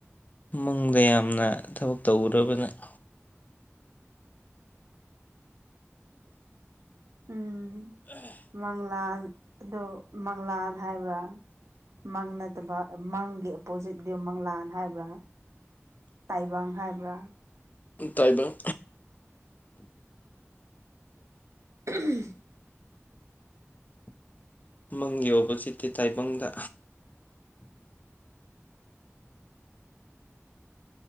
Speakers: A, on the left; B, on the right.
A: ꯃꯪꯗ ꯌꯥꯝꯅ ꯊꯕꯛ ꯇꯧꯕ꯭ꯔꯥꯕ ꯅꯪ
B: ꯎꯝ ꯃꯪꯂꯥꯜ ꯗꯣ ꯃꯪꯂꯥꯜ ꯍꯥꯏꯕ꯭ꯔꯥ ꯃꯪ ꯅꯠꯇꯕ ꯃꯪꯒꯤ ꯑꯣꯞꯄꯣꯖꯤꯠꯇꯤ ꯃꯪꯂꯥꯟ ꯍꯥꯏꯕ꯭ꯔꯥ ꯇꯥꯏꯕꯪ ꯍꯥꯏꯕ꯭ꯔꯥ
A: ꯇꯥꯏꯕꯪ
B: <unintelligible>
A: ꯃꯪꯒꯤ ꯑꯣꯄꯣꯖꯤꯠꯇꯤ ꯇꯥꯏꯕꯪꯗ